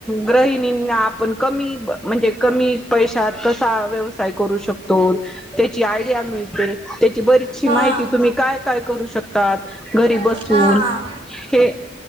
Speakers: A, in the centre; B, on the right.
A: गृहिणींना आपण कमी म्हणजे कमी पैशात कसा व्यवसा साय करू शकतो त्याची आयडिया मिळते, त्याची भरीचशी
B: हा
A: माहिती तुम्ही काय काय करू शकतात घरी
B: हा
A: बसून?
B: हा
A: हे